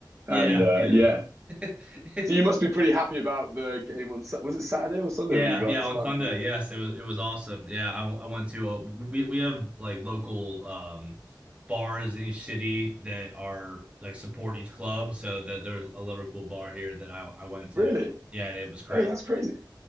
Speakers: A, on the right; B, on the right.
A: yeah,
B: And uh,
A: yeah.
B: yeah,
A: <laughs> It
B: so you must be pretty happy about the game on. Sa- Was it Saturday or Sunday?
A: Yeah,
B: Were you guys
A: yeah, on
B: finally?
A: Sunday. Yes, it was it was awesome. Yeah, I, I went to uh, we we have like local um bars in each city that are like support each club. So that there was a Liverpool bar here that I I went to.
B: Really?
A: Yeah, it was crazy.
B: Oh, that's crazy.